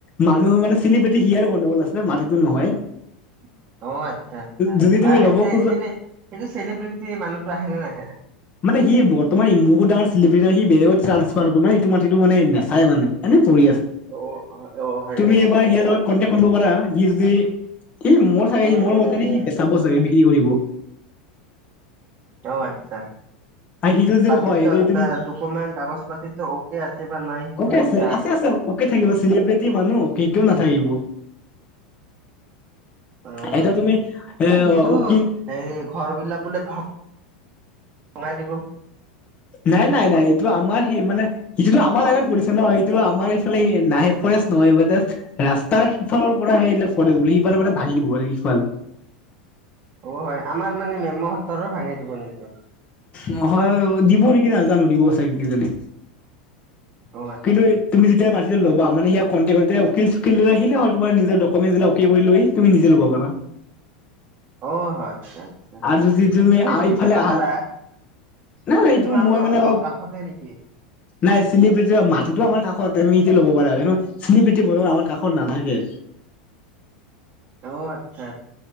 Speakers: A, on the left (about 30°); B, on the right (about 40°).
A: মানুহ মানে চিলি পেটি হিয়াৰ গণ্ডগোল আছে মাটিতটো নহয়
B: <unintelligible> অ' আচ্ছা-আচ্ছা,
A: যদি
B: সেইটো
A: তুমি ল'ব খোজা
B: আহিছেনে, সেইটো চেলিব্ৰিটি মানুহটো আহেনে নাহে?
A: মানে সি বৰ্তমান বহুত ডাঙৰ চেলিব্ৰেটাৰ, সি বেলেগত চাঞ্চ পাল না, এইটো মাটিটো মানে নেচাই মানে এনে পৰি আছে।
B: অ অ হয়
A: তুমি
B: হয়
A: এবাৰ
B: আচ্ছা
A: ইয়াৰ লগত, কন্টেক্ট কৰিব পাৰা? সি যদি এই মোৰ চাগে
B: উম
A: সি মই
B: উম
A: মতে
B: উম।
A: সি বেচাব চাগে, বিক্ৰী কৰিব।
B: অ' আচ্ছা।
A: আৰু সিটো যে
B: বাকীতো
A: হয় যে
B: এটা
A: তুমি
B: ডকমেণ্ট কাগজ পাতিতো অকে আছে বা নাই, সেইটোহে
A: অকে
B: কথা।
A: আছে আছে অকে থাকিব, চিলিব্ৰিটি মানুহ কে কিয় নাথাকিব।
B: অ'
A: এতিয়া তুমি
B: এ সেইটো
A: অ অকি
B: হেৰি ঘৰ বিলাক বোলে ভা সোমাই দিব।
A: নাই-নাই-নাই এইটো আমাৰ সেই মানে সিটোতো আমাৰ লাইনত পৰিছে ন, এইটো আমাৰ এইফালে নাহে ফৰেষ্ট ন মই মানে ৰাস্তাৰ সিফালৰ পৰা হে ফৰেষ্ট, সিফালে মানে ভাঙি দিব মানে কিছুমান
B: অ' হয় আমাৰ মানে মেমহতৰো ভাঙি দিব নেকি?
A: নহয় অ' দিব নেকি নাজানোঁ, দিব চাগে কিজানি।
B: অ আচ্ছা
A: কিন্তু তুমি যেতিয়া মাটিটো ল'বা মানে সেইয়া কণ্টেকতে উকিল-চুকিল লৈ আহিলে হ'ল, তোমাৰ নিজৰ ডকুমেন্ট বিলাক অকে কৰি লৈ তুমি নিজে ল'ব পাৰা।
B: অ' হয়। আচ্ছা আচ্ছা
A: আৰু যদি তুমি এইফালে
B: সুধি চাবা
A: আহাত
B: পাৰা
A: নাই এইটো
B: তোমালোকৰ
A: মই মানে
B: অ
A: অলপ
B: কাষতে নেকি?
A: নাই চিলিপিতি মাটিটো আমাৰ কাষৰ জমিতে ল'ব পাৰে আৰু চিল পিঠি বৰ আমাৰ কাষত নাথাকে।
B: অ', আচ্ছা।